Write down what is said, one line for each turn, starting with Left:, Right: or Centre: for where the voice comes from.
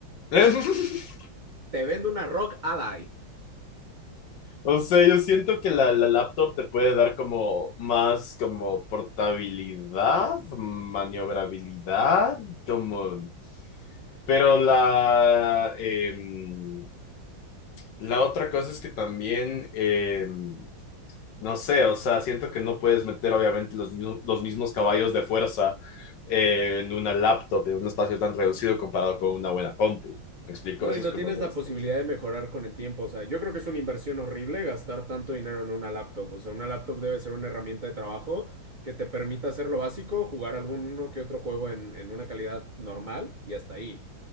Left: <laughs>
Right: Te vendo una Rock Ally.
Left: O sea, yo siento que la, la laptop te puede dar como más como portabilidad, maniobrabilidad, como... Pero la, em, la otra cosa es que también... em, No sé, o sea, siento que no puedes meter obviamente los, mismo- los mismos caballos de fuerza eh, en una laptop, en un espacio tan reducido comparado con una buena compu. ¿Me explico?
Right: No,
Left: Eso
Right: y no
Left: es como
Right: tienes
Left: lo
Right: la
Left: distinto.
Right: posibilidad de mejorar con el tiempo. O sea, yo creo que es una inversión horrible gastar tanto dinero en una laptop. O sea, una laptop debe ser una herramienta de trabajo que te permita hacer lo básico, jugar alguno que otro juego en, en una calidad normal y hasta ahí.